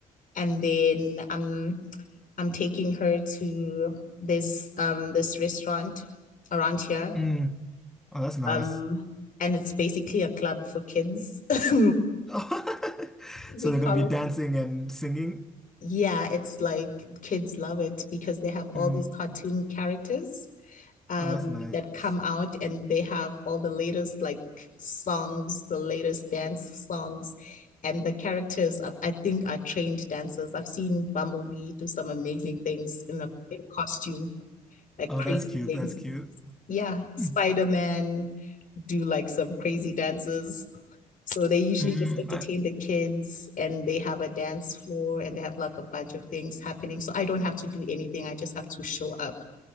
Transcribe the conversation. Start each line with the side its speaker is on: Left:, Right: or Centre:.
Left: and then um I'm taking her to this um this restaurant around here.
Centre: Mm. Oh, that's nice.
Left: Um, and it's basically a club for kids. <laughs>
Centre: <laughs>
Left: We
Centre: So they're
Left: call
Centre: gonna be
Left: it.
Centre: dancing and singing.
Left: Yeah, it's like kids love it because they have all
Centre: Mm.
Left: these cartoon characters um
Centre: Oh, that's nice.
Left: that come out and they have all the latest like songs, the latest dance songs. And the characters, are, I think, are trained dancers. I've seen Bumblebee do some amazing things in a in costume, like
Centre: Oh,
Left: crazy
Centre: that's cute.
Left: things.
Centre: That's cute.
Left: yeah, Spider-Man
Centre: Mm.
Left: do like some crazy dances. So they usually
Centre: Mm,
Left: just entertain
Centre: I-
Left: the kids and they have a dance floor and they have like a bunch of things happening. So I don't have to do anything. I just have to show up.